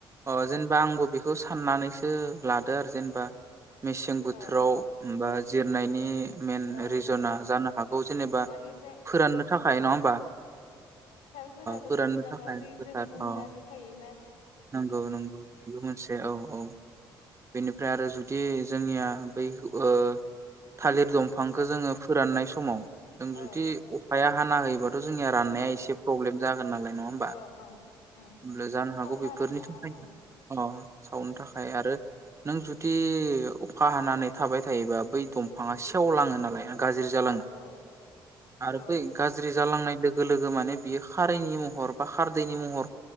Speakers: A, on the right (about 25°); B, on the left (about 75°).
A: अ जेनेबा बा आंबो बेखौ साननानैसो लादो आरो जेनबा मेसें बोथोराव
B: औ औ
A: बा जिरनायनि मइेन
B: औ
A: रिजना जानो हागौ जेनेबा
B: माने जाय
A: फोराननो थाखाय नङा होमबा
B: फोराबो
A: फोराननो
B: दैज्लाङाव
A: थाखाय
B: दैजों
A: फोथार
B: बुंनानै
A: अ
B: थायो <unintelligible>
A: नंगौ नंगौ बेबो मोनसे औ औ बेनिफ्राय आरो जुदि जोंनिया बै ओ थालिर दंफांखौ जोङो फोराननाय समाव जों जुदि
B: औ
A: अखाया हाना होयोबा जोनिया राननाया
B: औ औ
A: एसे फ्रब्लेम जागोन नालाय नङा होमबा
B: औ औ उम
A: होमब्ला जानो हागौ
B: सावनो
A: बेफ
B: हानाय
A: बेफोरनि
B: नङा
A: थाखायनो
B: औ
A: अ सावनो
B: औ
A: थाखाय आरो नों जुदि अखा हानानै थाबाय थायोबा बै दंफाङा सेवलाङो नालाय गाज्रि जालाङो
B: औ औ
A: आरो
B: औ
A: बै गाज्रि जालांनाय लोगो लोगो माने बियो खारैनि महर बा खारदैनि महर